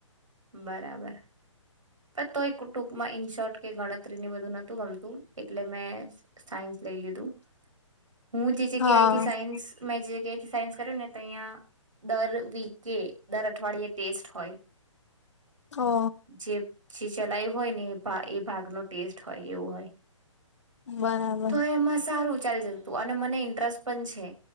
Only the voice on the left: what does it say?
હા
ઓ
બરાબર